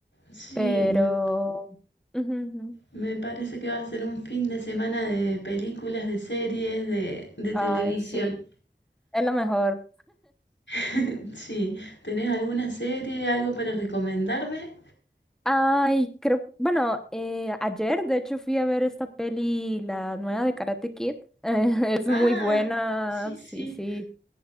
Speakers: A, on the left; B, in the centre.
A: Sí,
B: pero...
A: me,
B: ujú, ujú.
A: me parece que va a ser un fin de semana de películas, de series, de, de
B: Ay,
A: televisión.
B: sí, es lo mejor.
A: <laughs> Sí, ¿tenés alguna serie, algo para recomendarme?
B: Ay, creo, bueno, eh, ayer de hecho fui a ver esta peli, la nueva de Karate Kid. <laughs> es
A: Ah,
B: muy buena,
A: sí, sí.
B: sí, sí.